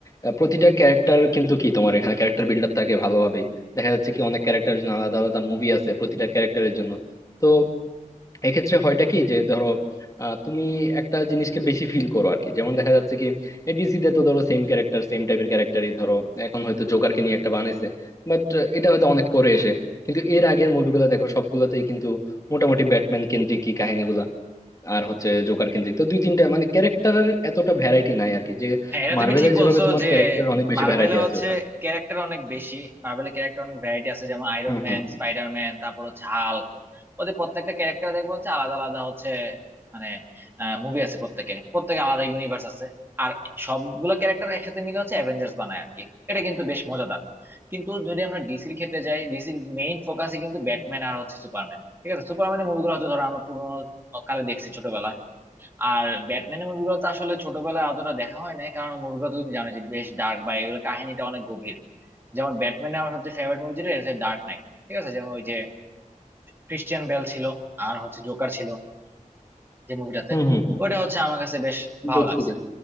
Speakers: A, on the left (about 25°); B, on the right (about 15°).
A: আহ, প্রতিটা ক্যারেক্টার কিন্তু কি তোমার এখানে ক্যারেক্টার বিল্ড আপ থাকে ভালোভাবেই দেখা যাচ্ছে কি অনেক ক্যারেক্টারের জন্য আলাদা আলাদা মুভি আছে প্রতিটা ক্যারেক্টারের জন্য তো এক্ষেত্রে হয়টা কি যে ধরো আহ, তুমি একটা জিনিসকে বেশি ফিল করো আর কি যেমন দেখা যাচ্ছে কি ডিসিতে তো ধরো সেম ক্যারেক্টার সেম টাইপের ক্যারেক্টারই ধরো এখন হয়তো জোকারকে নিয়ে একটা বানাইছে বাট এটা হয়তো অনেক পরে এসে কিন্তু এর আগের মুভিগুলো দেখো সবগুলোতেই কিন্তু মোটামুটি ব্যাটম্যান কেন্দ্রিক কি কাহিনীগুলা আর হচ্ছে জোকার কেন্দ্রিক তো দুই তিনটা মানে ক্যারেক্টারের এতটা ভ্যারাইটি নাই আর কি যে
B: হ্যাঁ এটা
A: মার্ভেলের
B: তুমি ঠিক
A: যেভাবে
B: বলছো
A: তোমার
B: যে
A: ক্যারেক্টার অনেক বেশি
B: মার্ভেলে
A: ভ্যারাইটি আছে
B: হচ্ছে
A: ওটা
B: ক্যারেক্টার অনেক বেশি মার্ভেলের ক্যারেক্টার অনেক ভ্যারাইটি আছে যেমন আয়রন
A: হুম
B: ম্যান
A: হুম
B: স্পাইডার ম্যান তারপর হচ্ছে হাল্ক ওদের প্রত্যেকটা ক্যারেক্টার দেখবো হচ্ছে আলাদা আলাদা হচ্ছে মানে মুভি আছে প্রত্যেকের প্রত্যেকে আলাদা ইউনিভার্স আছে আর সবগুলো ক্যারেক্টার একসাথে মিলে হচ্ছে অ্যাভেঞ্জার্স বানায় আর কি এটা কিন্তু বেশ মজাদার কিন্তু যদি আমরা ডিসির ক্ষেত্রে যাই ডিসির মেইন ফোকাসে কিন্তু ব্যাটম্যান আর হচ্ছে সুপারম্যান ঠিক আছে সুপারম্যানের মুভিগুলো হয়তো ধরো আমরা পুরোনো কালে দেখছি ছোটবেলায় আর ব্যাটম্যানের মুভিগুলো তো আসলে ছোটবেলায় অতটা দেখা হয় নাই কারণ মুভিগুলো তুমি জানো যে বেশ ডার্ক বা এগুলো কাহিনীটা অনেক গভীর যেমন ব্যাটম্যানের আমার সবচেয়ে ফেভারিট মুভি যেটা হচ্ছে ডার্ক নাইট ঠিক আছে যেমন ওই যে ক্রিশ্চিয়ান বেল ছিল আর হচ্ছে জোকার ছিল যে মুভিটাতে
A: হুম হুম হুম
B: ওটা হচ্ছে আমার কাছে বেশ ভালো
A: দেখছি
B: লাগছে
A: দেখছি